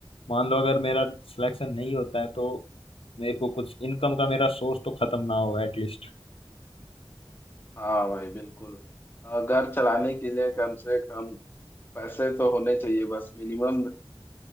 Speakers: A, on the left; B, on the left.
A: मान लो अगर मेरा सिलेक्शन नहीं होता है तो मेरे को कुछ इनकम का मेरा सोर्स तो खत्म ना हो एटलीस्ट
B: हाँ भाई बिल्कुल अ, घर चलाने के लिए कम से कम पैसे तो होने चाहिए बस मिनिमम